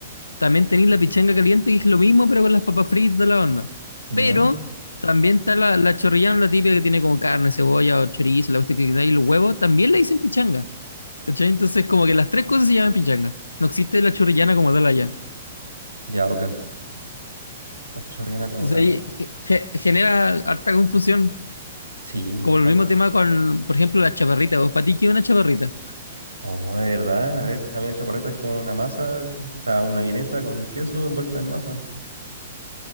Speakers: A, on the left; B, on the right.
A: También tenéis la pichanga caliente, que es lo mismo, pero con las papas fritas y toda la banda.
B: Ya,
A: Pero también está la, la chorrillana, la típica que tiene como carne, cebolla, o chorizo, la cuestión que da y los huevos, también la dicen pichanga. ¿Cachai? Entonces, como que las tres cosas se llaman pichanga. No existe la chorrillana como tal allá.
B: ya, ok. La chorrillana como
A: Entonces
B: tal.
A: ahí ge- ge- genera harta confusión,
B: Sí,
A: como el
B: bueno.
A: mismo tema con, por ejemplo, la chaparrita. ¿Vos para ti qué es una chaparrita?
B: Oh, de verdad, a ver, a mí la chaparreta es como una masa, o sea, una vienesa con queso envuelta en masa.